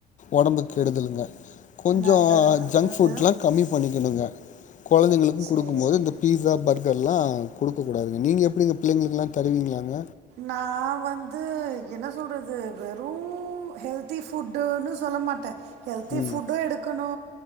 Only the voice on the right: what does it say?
நல்லது, நல்லது.
சரி.
நா வந்து என்ன சொல்றது வேறு ஹெல்த்தி ஃபுட்டுனு சொல்ல மாட்டே ஹெல்த்தி
ஃபுட்டு எடுக்குணு